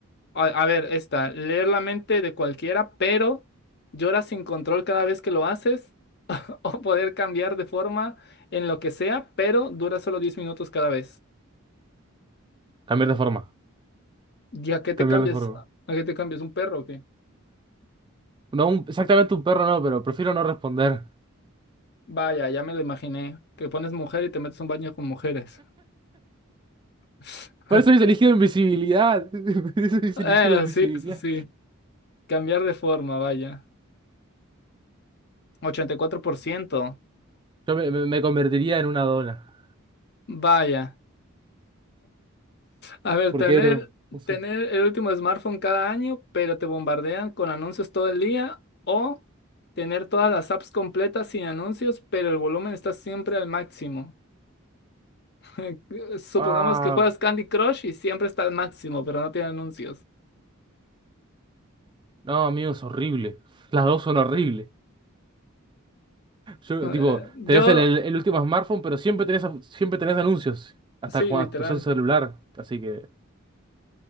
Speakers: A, on the left (about 55°); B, on the right (about 20°).
A: A, a ver, esta, leer la mente de cualquiera, pero lloras sin control cada vez que lo haces, <laughs> o poder cambiar de forma en lo que sea, pero dura solo 10 minutos cada vez.
B: Cambiar de forma.
A: ¿Y a qué te
B: Cambiar
A: cambias?
B: de forma.
A: ¿A qué te cambias? ¿Un perro o qué?
B: No, un- exactamente un perro no, pero prefiero no responder.
A: Vaya, ya me lo imaginé. Que pones mujer y te metes a un baño con mujeres. <laughs>
B: Por eso hubiese elegido invisibilidad. <laughs> Por eso hubiese
A: Bueno,
B: elegido invisibilidad.
A: sí, eso sí. Cambiar de forma, vaya. ochenta y cuatro por ciento,
B: Yo me, me- me convertiría en una dona.
A: Vaya. A ver,
B: ¿Por
A: tener,
B: qué no? No sé.
A: tener el último smartphone cada año, pero te bombardean con anuncios todo el día, o tener todas las apps completas sin anuncios, pero el volumen está siempre al máximo. <laughs> Supongamos
B: Ah,
A: que juegas Candy Crush y siempre está al máximo, pero no tiene anuncios.
B: no, amigo, es horrible. Las dos son horribles. Yo,
A: Eh,
B: tipo,
A: yo,
B: tenés el, el- el último smartphone, pero siempre tenés, siempre tenés anuncios. Hasta
A: sí,
B: cuando
A: literal.
B: sos el celular. Así que,